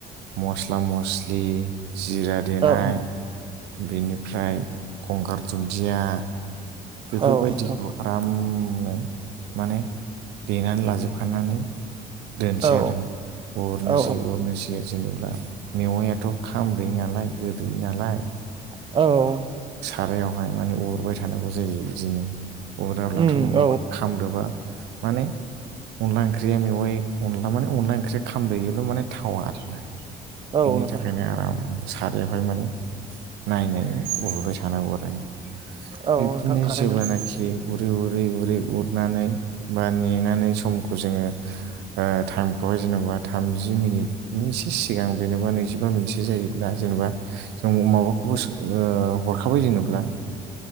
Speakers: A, on the right; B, on the right.
A: मस्ला मस्लि जिरा देनाय
B: औ
A: बेनिफ्राय गंगार दुन्दिया बेफोरबायदिखौ
B: औ नोंथां
A: आरामनो माने देनानै लाजोबखनानै दोनसै
B: औ
A: आरोना अरनोसै
B: औ
A: अरनोसै जेनबा मेववाइआथ' खामदै नालाय गोदै नालाय।
B: औ
A: सारायावहाय माने उरबाय थानांगौ जायो बिदिनो उराब्लाथ'
B: उम
A: नङाबा
B: औ
A: खामदोबा माने अनला ओंख्रिया मेवाइ अनला माने अनला ओंख्रिया खामदोयोब्ला माने थावा आरो ना।
B: औ
A: बिनि
B: नोंथां
A: थाखायनो आराम सारियावहाय माने नायनायनि अ सानांगौ आरो ना
B: औ
A: बिब्दिनो
B: नोंथां थारैनो
A: जेब्लानाखि उरै उरै उरै उरनानै बा नेनानै समखौ जोङो ओ टाइमखौहाय जेन'बा थामजि मिनिट बिनि एसे सिगां जेनेबा नैजिबा मिनिटसो जायोब्ला जेन'बा जों माबाखौबो ओ हर खाबाय जेनोब्ला